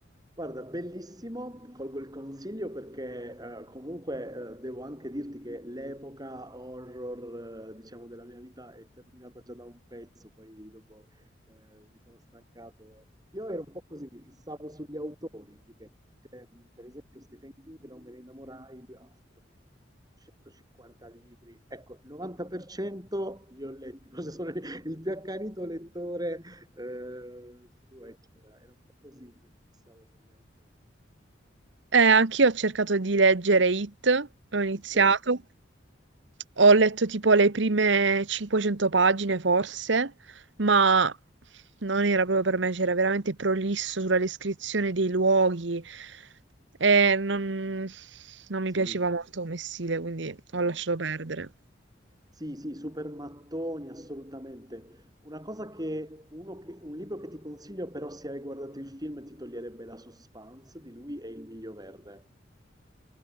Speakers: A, on the right (about 20°); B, on the right (about 65°).
A: Guarda, bellissimo, colgo il consiglio perché eh, comunque eh, devo anche dirti che l'epoca horror, eh, diciamo, della mia vita è terminata già da un pezzo, poi dopo eh, mi sono stancato. Io ero un po' così, mi fissavo sugli autori più che, cioè, mh, per esempio, Stephen King non me ne innamorai, lui ha scritto più di 150 libri, ecco, il 90% li ho letti, forse sono il più accanito lettore Ehm, su eccetera. Era un po' così che mi fissavo per gli autori.
B: Eh, anch'io ho cercato di leggere It, ho iniziato.
A: Ok,
B: Ho letto tipo le prime 500 pagine forse, ma non era proprio per me, c'era veramente prolisso sulla descrizione dei luoghi e non, non
A: sì.
B: mi piaceva molto come stile, quindi ho
A: Mm.
B: lasciato perdere.
A: Sì, sì, super mattoni, assolutamente. Una cosa che, uno che- un libro che ti consiglio però se hai guardato il film ti toglierebbe la suspense di lui è Il Miglio Verde.